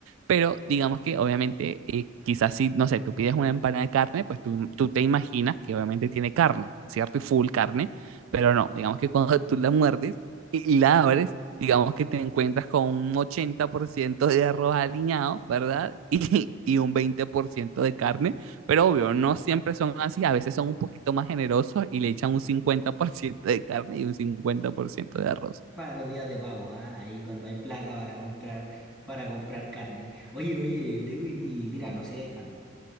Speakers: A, on the right (about 85°); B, on the right (about 20°).
A: pero digamos que obviamente, eh, quizás si, no sé, tú pides una empanada de carne, pues tú, tú te imaginas que obviamente tiene carne, ¿cierto? Y full carne, pero no, digamos que cuando <laughs> tú la muerdes y y la abres, digamos que te encuentras con un 80% de arroz aliñado, ¿verdad? <laughs> Y, y un 20% de carne, pero obvio, no siempre son así, a veces son un poquito más generosos y le echan un 50% de carne y un 50% de arroz.
B: Para los días de pago, ah, Ahí cuando hay plata para comprar, para comprar carne. Oye, oye, Lewin, y mira, no sé, al-